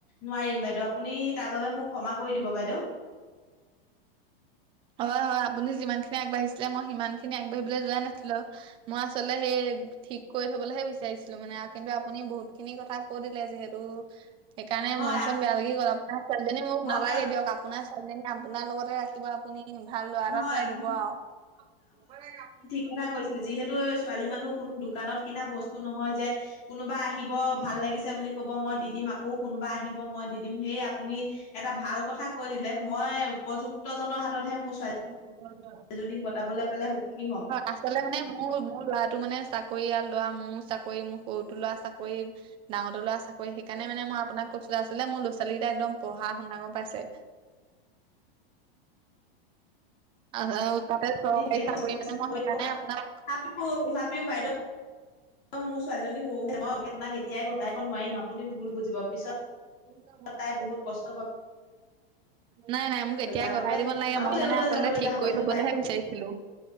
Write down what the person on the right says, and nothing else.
হয়-হয়, আপুনি যিমান খিনি আগবাঢ়িছিলে মই সিমান খিনি আগবাঢ়িবলৈ যোৱাই নাছিলো মই আচলতে সেই ঠিক কৰি থবলৈহে বিচাৰিছিলো মানে আৰু কিন্তু আপুনি বহুত খিনি কথা কৈ দিলে যিহেতু সেইকাৰণে
মন চন বেয়া লাগি গ'ল, আপোনাৰ ছোৱালীজনী মোক
নালাগে দিয়ক, আপোনাৰ ছোৱালীজনী আপোনাৰ লগতে ৰাখ <unintelligible> আপুনি, ভাল লৰা এটা
চাই দিব আৰু।
অ <unintelligible>
আচলতে মানে মোৰ, মোৰ ল'ৰাটো মানে চাকৰিয়াল <unintelligible> আৰু লৰা মোৰ চাকৰি, মোৰ সৰুটো ল'ৰা চাকৰি ডাঙৰতো ল'ৰা চাকৰি, সেইকাৰণে মানে মই আপোনাক কৈছিলো মোৰ লৰা ছোৱালীকেইটা একদমঢ় গহাশুনা, গম পাইছে। তাতে
চৰকাৰী
চাকৰি
মানে, মই সেইকাৰণে আপোনাক
<unintelligible>
নাই, নাই মোক এতিয়াই
গতাই
দিব নালাগে, মই
মানে আচলতে
ঠিক
কৰি
থবলৈহে বিচাৰিছিলো।